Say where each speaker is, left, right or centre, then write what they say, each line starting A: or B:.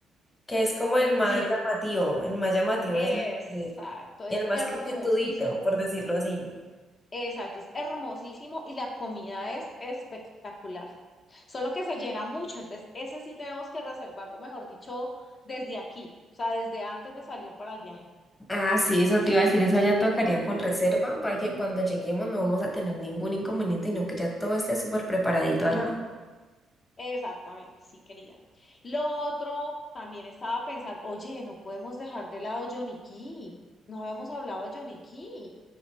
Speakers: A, on the left; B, on the left.
A: Que es como el más
B: Y e-
A: llamativo, el más llamativo
B: exacto,
A: es así, y
B: es
A: el más
B: hermosísimo.
A: coquetudito, por decirlo así.
B: Exacto, es hermosísimo y la comida es espectacular. Solo que se llena mucho, entonces ese sí tenemos que reservarlo, mejor dicho, desde aquí, o sea, desde antes de salir para el viaje.
A: Ah, sí, eso te iba a decir, eso ya tocaría con reserva para que cuando lleguemos no vamos a tener ningún inconveniente, no que ya todo esté súper preparadito allá.
B: Exactamente, sí, querida. Lo otro, también estaba pensando, oye, no podemos dejar de lado Johnny Cay. No habíamos hablado de Johnny Cay.